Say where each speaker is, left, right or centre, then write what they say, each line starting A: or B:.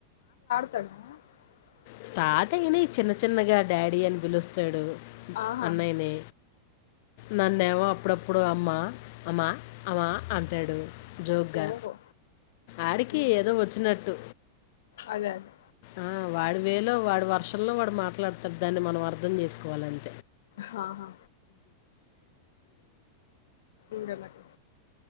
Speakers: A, on the left (about 75°); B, on the left (about 55°).
A: <inaudible>
B: స్టార్టింగ్ని చిన్న చిన్నగా డాడీ అని పిలుస్తాడు
A: ఆహా
B: అన్నయ్యని నన్నేమో అప్పుడప్పుడు అమ్మా అమ్మా అమ్మా అంటాడు జోగ్గా
A: ఓహో
B: ఆడికి
A: ఉహు
B: ఏదో వచ్చినట్టు
A: అదే అదే
B: ఆ, వాడి వేలో వాడి వర్షంలో వాడు మాట్లాడుతడు దాన్ని మనం అర్థం చేసుకోవాలింత
A: హాహా ఇర నాకు